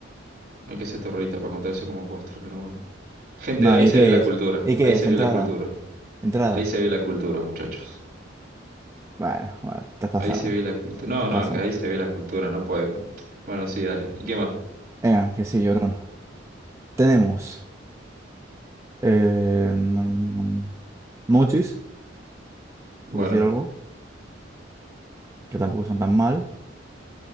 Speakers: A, on the right (about 55°); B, on the right (about 15°).
A: hay que ser terrorista para contar eso como postre, pero bueno. Gente,
B: No,
A: ahí
B: ¿y
A: se
B: qué
A: ve la cultura,
B: es? ¿Y qué
A: ahí se
B: es?
A: ve
B: Entrada.
A: la cultura,
B: Entrada.
A: ahí se ve la cultura, muchachos.
B: Bueno, bueno, te has pasado,
A: Ahí se ve
B: ¿eh?
A: la cultura. No,
B: Te has
A: no,
B: pasado.
A: es que ahí se ve la cultura, no puedes. con- Bueno, sí, dale. ¿Y qué más?
B: Venga, que sí, llorón. Tenemos eh, mm, mochis,
A: Bueno,
B: por decir algo, que tampoco son tan mal.